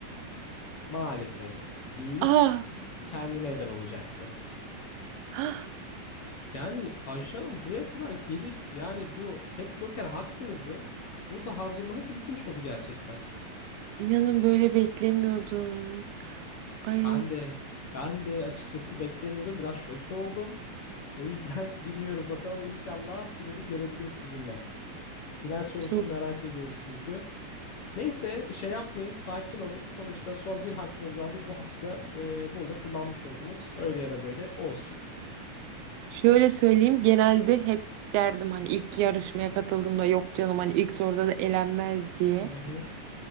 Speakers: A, on the left (about 55°); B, on the right (about 80°).
A: Maalesef. İyilik
B: Ah,
A: kendine eder olacaktı.
B: ah,
A: Yani Ayşe Hanım buraya kadar gelip yani bu tek joker hakkınızı burada harcamanız ilginç oldu gerçekten.
B: inanın böyle beklemiyordum. Ay
A: Ben de ben de açıkçası beklemiyordum. Biraz şoke oldum. O yüzden <laughs> bilmiyorum bakalım inşallah finali görebiliriz sizinle. Final sorusunu
B: çok.
A: merak ediyoruz çünkü. Neyse şey yapmayın sakin olun. Sonuçta son bir hakkınız vardı. Bu hakkı da e, burada kullanmış oldunuz. Öyle ya da böyle olsun.
B: Şöyle söyleyeyim genelde hep derdim hani ilk yarışmaya katıldığımda yok canım hani ilk soruda da elenmez diye.
A: Hı hı.